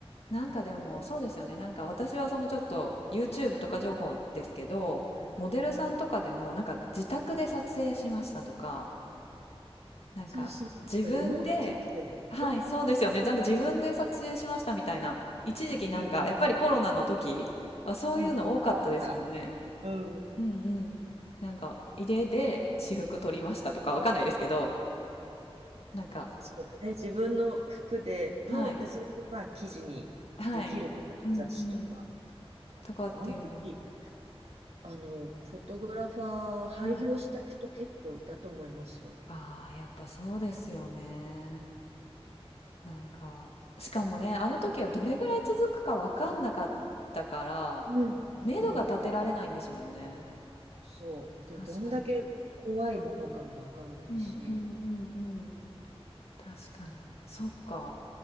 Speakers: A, on the left; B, on the right.
A: なんかでもそうですよね。
B: うん
A: なんか私はそのちょっと YouTube とか情報ですけど、モデルさんとかでもなんか自宅で撮影しましたとか、なんか自分で、
B: そうそうそう、なんかリモート撮影。
A: はい、そうですよね。なんか自分で撮影しましたみたいな。一時期なんかやっぱりコロナの時はそういうの多かったですもんね。
B: うんうん。うん、ああった。うん。
A: うんうん。なんか家で私服撮りましたとかわかんないですけど、なんか、
B: そうだね、自分の服での、
A: はい、
B: で、それをまあ記事にできるから、
A: はい、うんうん。
B: 雑誌とか。
A: とかっていうの。
B: もうあの時、あの、フォトグラファー廃業した人結構いたと思いますよ。
A: はい。ああ、やっぱそうですよね。なんか、しかもね、あの時はどれぐらい続くかわかんなかったから、
B: うん。そ
A: 目処が立てられないんですもんね。
B: う、そう。で、
A: 確かに。
B: どんだけ怖いものかもわかんないし、
A: うんうんうんうん。確かに。そっか。